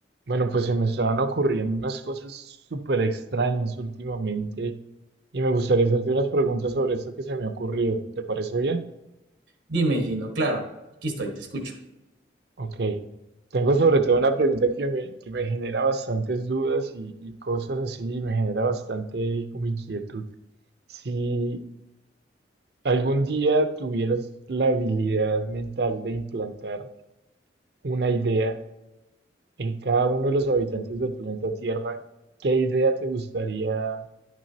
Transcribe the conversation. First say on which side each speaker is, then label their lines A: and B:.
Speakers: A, on the right; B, on the right.
A: Bueno, pues se me estaban ocurriendo unas cosas súper extrañas últimamente y me gustaría hacerte unas preguntas sobre esto que se me ha ocurrido. ¿Te parece bien?
B: Dime, Gino, claro, aquí estoy, te escucho.
A: Ok. Tengo sobre todo una pregunta que me, que me genera bastantes dudas y, y cosas así, y me genera bastante como inquietud. Si algún día tuvieras la habilidad mental de implantar una idea en cada uno de los habitantes del planeta Tierra, ¿qué idea te gustaría